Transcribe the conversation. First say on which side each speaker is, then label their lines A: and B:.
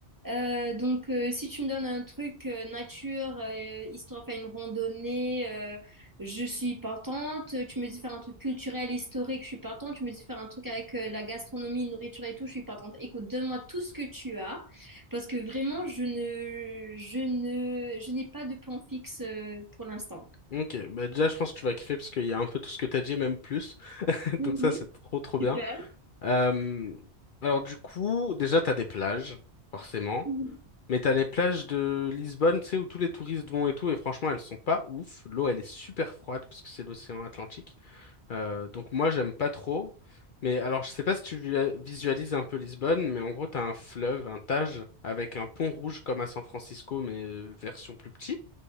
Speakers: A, on the right; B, on the left.
A: Euh, donc, euh, si tu me donnes un truc euh, nature, euh, histoire de faire une randonnée, euh, je suis partante. Tu me dis faire un truc culturel, historique, je suis partante. Tu me dis faire un truc avec euh, la gastronomie, nourriture et tout, je suis partante. Écoute, donne-moi tout ce que tu as, parce que vraiment, je ne, je ne, je n'ai pas de plan fixe euh, pour l'instant.
B: Ok, bah déjà je pense que tu vas kiffer parce qu'il y a un peu tout ce que t'as dit, même plus. <laughs>
A: Mhm,
B: Donc ça, c'est trop trop bien.
A: super.
B: Euh, alors du coup, déjà t'as des plages, forcément,
A: Mhm.
B: mais t'as les plages de Lisbonne, tu sais, où tous les touristes vont et tout, et franchement, elles sont pas ouf. L'eau, elle est super froide parce que c'est l'océan Atlantique. Euh, donc moi, j'aime pas trop. Mais alors, je sais pas si tu vi- visualises un peu Lisbonne, mais en gros, t'as un fleuve, un Tage, avec un pont rouge comme à San Francisco, mais euh, version plus petit.